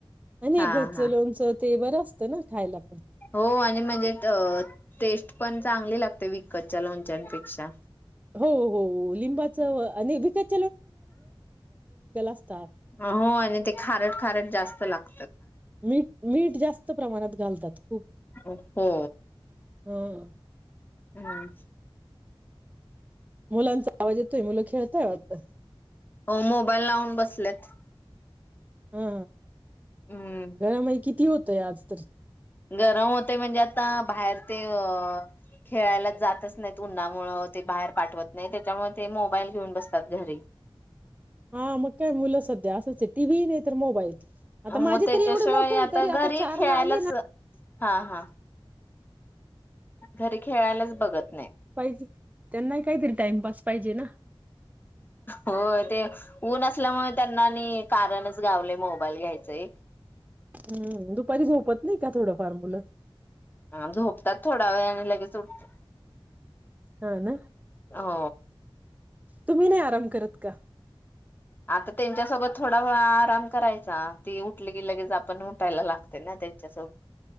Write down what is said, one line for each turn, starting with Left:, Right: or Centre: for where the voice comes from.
Right: आणि
Left: हा
Right: घरच
Left: हा
Right: लोणचं ते बर असत ना खायला पन
Left: हो आणि म्हणजे त टेस्ट पण चांगली लागते विकतच्या लोणच्यांपेक्षा
Right: हो हो लिंबाच आणि विकत असतात.
Left: हो आणि ते खारट खारट जास्त लाग
Right: मीठ मीठ जास्त प्रमाणात घालतात खूप
Left: हो.
Right: हं
Left: <inaudible>
Right: मुलांचा आवाज येतोय मुलं खेळताय वाटत
Left: हो मोबाईल लावून बसलेत.
Right: हा
Left: हूं
Right: घडामोडी किती होतय आज तर
Left: गरम होतय म्हणजे आता बाहेर ते खेळायला जातच नाहीत उन्हामुळ ते बाहेर पाठवत नाही त्याच्यामुळे ते मोबाईल घेऊन बसतात घरी
Right: हा म काय मुलं सध्या असच आहेत टी व्ही नाही तर मोबाईल आता माझे
Left: म त्याच्याशिवाय
Right: तरी एवढे मोठे
Left: आता
Right: तरी
Left: घरी
Right: चार
Left: खेळायलाच
Right: ला आले ना
Left: हा हा घरी खेळायलाच बघत नाही
Right: पाहिजे त्यांनाही काहीतरी टाइमपास पाहिजे ना
Left: हो ते ऊन असल्यामुळ त्यांना आणि कारणच गावलय मोबाईल घ्यायचं एक
Right: हम्म दुपारी झोपत नाही का थोडं फार मुलं.
Left: हा झोपतात थोडा वेळ आणि लगेच उठतात.
Right: हा ना
Left: हो
Right: तुम्ही नाही आराम करत का?
Left: आता त्यांच्यासोबत थोडा व आराम करायचा ती उठली की लगेच आपण उठायला लागते ना त्यांच्यासोबत.